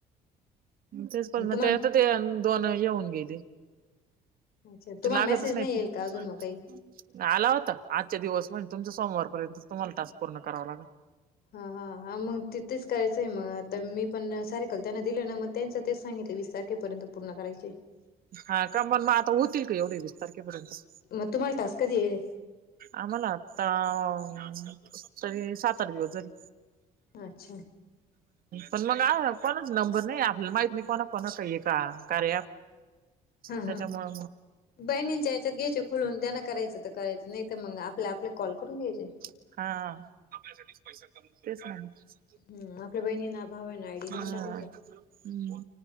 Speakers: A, on the right; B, on the left.
A: तेच पण म
B: तुम्हाला
A: त्यात ते दोन येऊन गेले
B: अच्छा तुम्हाला
A: तर लागतच
B: मेसेज
A: नाहीत
B: नाही येईल का अजून मग काही
A: ना आला होता आजच्या दिवस म्हणजे तुमच सोमवारपर्यंत तुम्हाला तासक पूर्ण करावा लागेल
B: हा हा हा मग तिथेच करायचंय मग आता मी पण सारेखल त्यांना दिले ना मग त्यांचं तेच सांगितलं वीस तारखेपर्यंत पूर्ण करायचे
A: हा का मन मग आता होतील का एवढे वीस तारखेपर्यंत
B: म तुमला टाास कधी येे
A: आम्हाला आता तरी सात आठ दिवस जरी
B: अच्छा
A: पण मग कोणाच नंबर नाही आपल्याला माहित नाही कोणा कोणा का का कार
B: हा
A: त्याच्यामुळे
B: हा बहिणींच्या या्याच्यात घ्यायचे खुलून त्यांना करायचं तर करायचं नाही तर मग आपल्या आपल्या कॉल करून घ्यायचे
A: हा आपवच नाही
B: हम आपल्या बहिणी ना भावना आयडी देऊन
A: हा
B: टाकायचा
A: हम्म